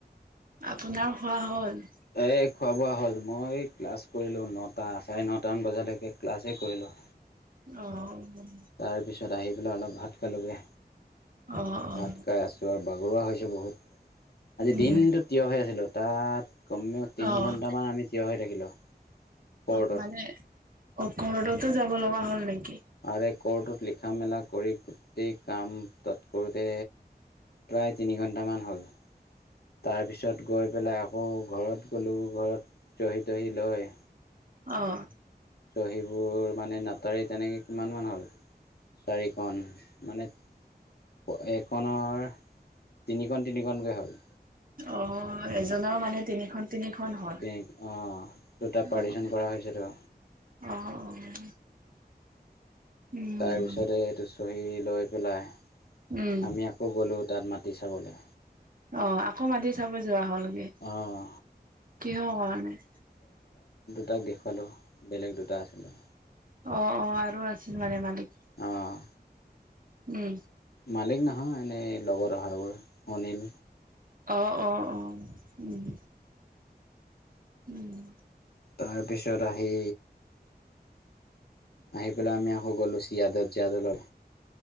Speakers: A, on the right; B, on the left.
A: আপোনাৰ খোৱা হ'ল?
B: এই খোৱা বোৱা হ'ল, মই ক্লাছ কৰিলোঁ নটা চাৰে নটামান বজালৈকে ক্লাছেই কৰিলোঁ।
A: অহ'
B: তাৰপিছত আহি পেলাই অলপ ভাত খালোগৈ।
A: অ', অ',
B: ভাত খাই আছোঁ আৰু ভা গৰুৱা হৈছোঁ বহুত, আজি
A: উম,
B: দিনটো থিয় হৈ আছিলোঁ তাত কমেও তিনি
A: অ',
B: ঘণ্টামান আমি থিয় হৈ থাকিলোঁ। কৰ্টত
A: অ' মানে ক'টতো যাব লগা হ'ল নেকি?
B: আৰে ক'ৰ্টত লিখা মেলা কৰি গোটেই কাম তৎ কৰোঁতে প্ৰায় তিনি ঘণ্টামান হ'ল, তাৰপিছত গৈ পেলাই আকৌ ঘৰত গ'লোঁ, ঘৰত চহি তহি লয়
A: অহ'
B: থিয়হি সেইবোৰ মানে নাটাৰী তেনেকে কিমান মান হ'ল চাৰিখন মানে এইখনৰ তিনিখন তিনিখন কৈ হ'ল।
A: অ', এ দুজনৰ মানে তিনিখন তিনিখন হয়।
B: তিনি অঁ দুটা পাৰ্টিশ্যন
A: অ',
B: কৰা হৈছেতো
A: অ', উম,
B: তাৰ পিছতে এইটো চহী লৈ পেলাই
A: উম,
B: আমি আকৌ গ'লো তাত মা মাটি চাবলে।
A: অ' আকৌ মাতি চাব যোৱা হ'লগে।
B: অঁ
A: কিহৰ কাৰণে?
B: তাইক দেখুৱালোঁ বেলেগ দুটা আছিলে।
A: অহ অহ আৰু আছিল মানে মালিক।
B: অহ।
A: উম।
B: মালিক নহয় এনেই লগৰ হৈ অনিল।
A: অ অ অ উম উম।
B: তাৰ পিছত আহি আহি পেলাই আমি আকৌ গলো চিয়াদত জিয়াদলৈ।